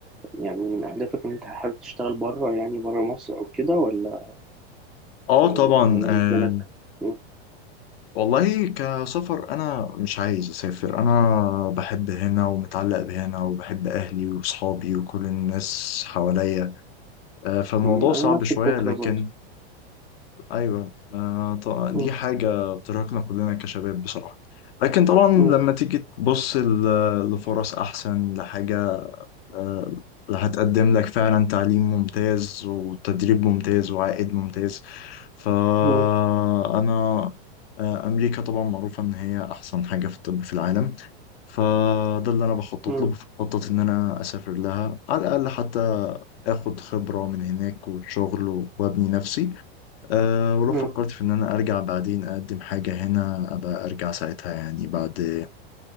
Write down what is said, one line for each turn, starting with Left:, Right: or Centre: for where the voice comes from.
Centre: يعني من اهدافك ان انت حابب تشتغل بره يعني بره مصر او كده ولا
Left: اه
Centre: ولا
Left: طبعا
Centre: مش- ولا
Left: آه،
Centre: بالنسبه لك مم.
Left: والله كسفر انا مش عايز اسافر انا بحب هنا ومتعلق بهنا وبحب اهلي وصحابي وكل الناس حواليا آه، فالموضوع
Centre: مم. انا
Left: صعب
Centre: نفس
Left: شوية
Centre: الفكره
Left: لكن
Centre: برضه
Left: ايوه آه، ط- دي
Centre: مم.
Left: حاجة بترهقنا كلنا كشباب بصراحة لكن طبعا
Centre: مم.
Left: لما تيجي تبص ل- لفرص احسن لحاجة آه، هتقدم لك فعلا تعليم ممتاز وتدريب ممتاز وعائد ممتاز فأنا
Centre: مم.
Left: آه، أمريكا طبعا معروفة إن هي أحسن حاجة في الطب في العالم فده اللي أنا بخطط
Centre: مم.
Left: له بخطط إن أنا أسافر لها على الأقل حتى اخد خبرة من هناك وشغل وابني نفسي أه ولو
Centre: مم.
Left: فكرت في ان انا ارجع بعدين اقدم حاجة هنا ابقى ارجع ساعتها يعني بعد